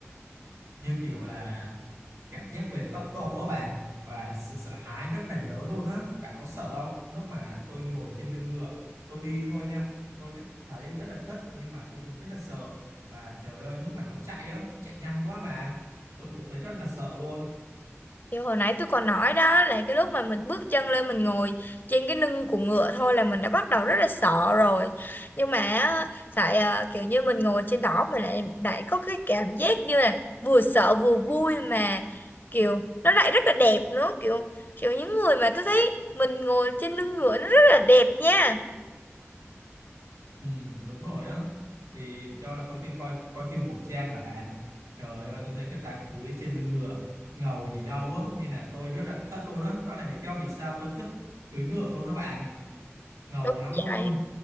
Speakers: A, on the right; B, on the left.
A: như kiểu là cảm giác về tốc độ á bạn và sự sợ hãi rất là lớn luôn á bạn có sợ không lúc mà tôi ngồi trên lưng ngựa tôi đi thôi nha tôi cảm thấy rất là thích nhưng mà tôi cũng rất là sợ và trời ơi lúc mà nó chạy á nó chạy nhanh quá mà tôi cũng thấy rất là sợ luôn
B: Thì hồi nãy tôi còn nói đó là cái lúc mà mình bước chân lên mình ngồi trên cái lưng của ngựa thôi là mình đã bắt đầu rất là sợ rồi. Nhưng mà á, tại à, kiểu như mình ngồi trên đó mình lại lại có cái cảm giác như là vừa sợ vừa vui mà kiểu nó lại rất là đẹp nữa, kiểu kiểu những người mà tôi thấy mình ngồi trên lưng ngựa nó rất là đẹp nha.
A: ừ, đúng rồi á thì do là tôi phim coi coi phim cổ trang mà bạn trời ơi tôi thấy người ta cưỡi trên lưng ngựa ngầu gì đâu á nên là tôi rất là thích luôn á đó. đó là lý do vì sao tôi thích cưỡi ngựa luôn đó bạn ngầu
B: Đúng
A: lắm luôn
B: vậy.